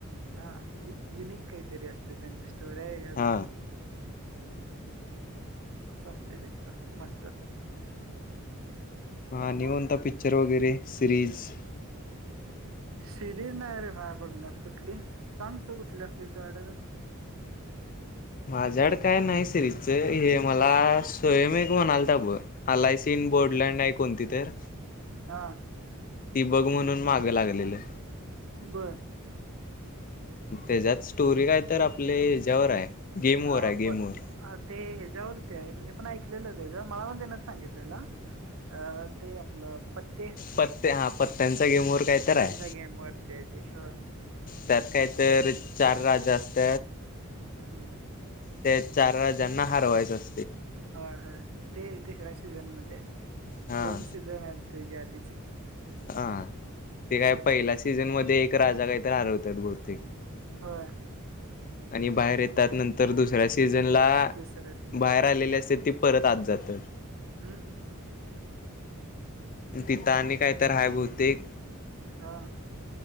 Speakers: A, on the right; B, on the left.
A: हा युनिक काहीतरी असते त्यांच्या स्टोर्या ऐकत
B: हा
A: जा म असत त्यांचं मस्त
B: हा निवांत
A: मग
B: पण पिक्चर वगैरे सिरीज
A: सिरीज नाही रे म बघण्या कुठली सांग त कुठली असतेच वाड तर
B: माझ्याड काय नाही सिरीचं हे मला सोयमेक म्ह आलताा बय आलायसीन बोर्डलँड आहे कोणती तर
A: हा
B: ती बघ म्हणून माग लागलेलं.
A: बर
B: त्याच्यात स्टोरी काय तर आपले हच्यावर आहे गेम वर
A: आप
B: आहे गेम वर
A: ते ह्याच्यावरती आहे मी पण ऐकलेलं त्याच मला पण त्यान सांगितलेलं अ ते आपलं पत्ते
B: पत्त हा पत्त्यांचा गेमर काय
A: पत्त्यांच्या
B: तर आहे
A: गेम वरती आहे ते होय
B: त्यात काय तर चार राज्य असत.
A: हम्म
B: ते चार ज्यांना हरवायचं असत.
A: ह ह ते ते तिसऱ्या सीझनमध्ये
B: हा
A: दोन सीझन आहेत त्याच्या आधीच
B: हा ते काय पहिल्या सीझन मध्ये एक राजा काय? हरवतात बहुतेक
A: होय.
B: आणि बाहेर येत. त्यानंतर दुसऱ्या सीझनला
A: दुसऱ्या सीझन
B: बाहेर आलेली असते ती परत आत. जातो.
A: हम्म. <unintelligible>
B: तिथं आणि काय तर हाय बहुतेक
A: हा.